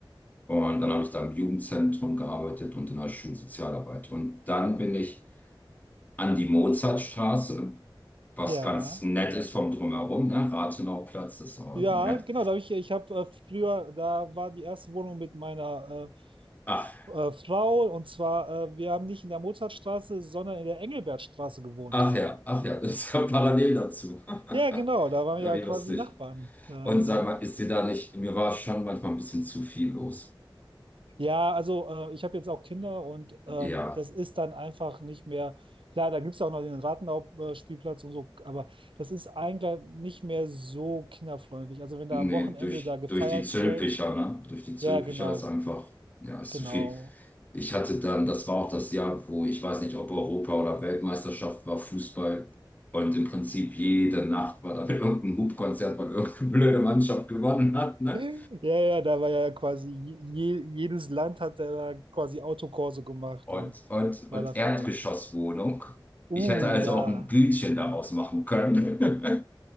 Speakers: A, on the left; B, on the right.
A: Und dann habe ich da im Jugendzentrum gearbeitet und in der Schulsozialarbeit. Und dann bin ich an die Mozartstraße, was
B: Ja,
A: ganz nett ist vom Drumherum, ne? Rathenauplatz ist auch
B: ja,
A: nett.
B: genau. Da hab ich, ich habe äh, früher, da war die erste Wohnung mit meiner
A: Ach,
B: äh, äh, Frau und zwar, äh, wir haben nicht in der Mozartstraße, sondern in der Engelbertstraße gewohnt.
A: ach ja, ach ja, <laughs> das ist ja parallel dazu. <laughs>
B: Ja, genau. Da waren
A: Ja,
B: wir ja
A: wie
B: quasi
A: lustig.
B: Nachbarn. Äh,
A: Und sag mal, ist dir da nicht, mir war schon manchmal ein bisschen zu viel los.
B: Ja, also äh, ich habe jetzt auch Kinder und ähm,
A: Ja.
B: das ist dann einfach nicht mehr, klar, da gibt es ja auch noch den Rattenau-Spielplatz und so, aber das ist eigentlich nicht mehr so kinderfreundlich. Also wenn da
A: Nee,
B: am Wochenende
A: durch,
B: da gefeiert
A: durch die Zülpicher,
B: wird,
A: ne? Durch die Zülpicher
B: ja, genau,
A: ist einfach, ja, ist
B: genau.
A: zu viel. Ich hatte dann, das war auch das Jahr, wo ich weiß nicht, ob Europa oder Weltmeisterschaft war, Fußball. Und im Prinzip jede Nacht war dann <laughs> irgendein Hupkonzert, weil irgendeine blöde Mannschaft gewonnen hat, ne?
B: <laughs> Ja, ja, da war ja quasi je, jedes Land hat da quasi Autokurse gemacht
A: Und,
B: und
A: und,
B: war
A: und
B: da viel
A: Erdgeschosswohnung.
B: unterwegs. Uh,
A: Ich hätte also
B: ja.
A: auch ein Bütchen daraus machen können. <laughs>